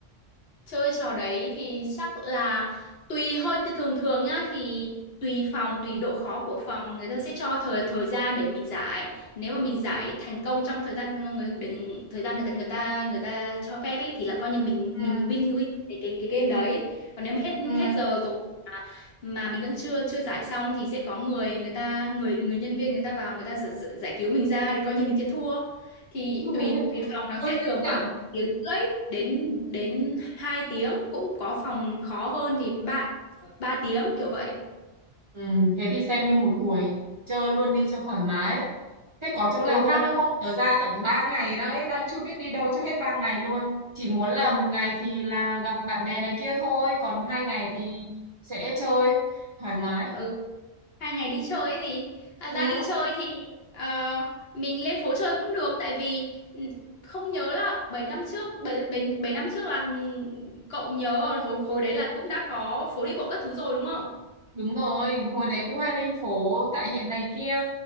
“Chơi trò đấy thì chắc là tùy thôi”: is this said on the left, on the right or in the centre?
Left